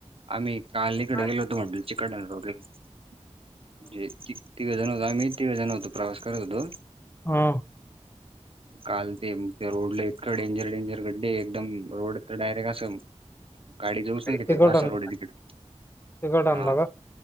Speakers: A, on the right; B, on the left.
A: आम्ही काललीकडे
B: हा
A: गेलो होतो म्हंटल चिकट <unintelligible> तिघे जण होतो आम्ही, तिघ जण होतो प्रवास करत होतो
B: हा.
A: काल ते मग त्या रोडला एका डेंजर, डेंजर गड्डे, एकदम रोड तर डायरेक्ट अस, गाडी जाऊच नाही शकत
B: तिकट
A: असा
B: आणलं
A: रोड हाय तिकडे,
B: तिकट आणला
A: हा
B: का